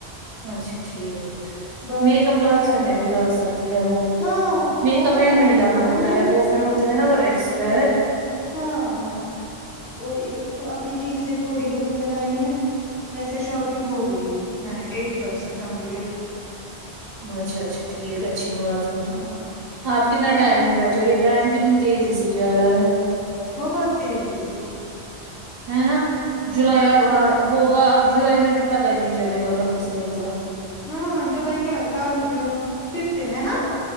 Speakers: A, on the right; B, on the left.
A: اچھا ٹھیک
B: باقی
A: میک
B: اس
A: اپ
B: نے
A: لاسٹ
B: کیا
A: میں بھی لا سکتی ہے وہ
B: ہاں
A: میک
B: وہ
A: اپ
B: مت
A: اینڈ
B: سلانا
A: میں ہی لانا
B: ولانا
A: ہوتا ہے وہ پھر ہوتا ہے نا اور ایکسپر
B: ہاں ہاں اور اس کو اپنی چیز سے تھوڑی بہت لانی ہے ویسے شاپنگ ہو گئی ایٹی پرسینٹ کمپلیٹ
A: اچھا اچھا ٹھیک اچھی بات ہے
B: ہاں
A: آپ کتنا ٹائم
B: ہاں
A: ہی بچا یہ ٹائم کتنی تیزی سے جا رہا ہے
B: بہت تیزی سے
A: ہے نا جولائی اب ہوگا اب جولائی میں بھی پتا ہی نہیں چلے گا کہاں سے نکلا
B: ہاں جولائی کیا ک ففتھ ہے نا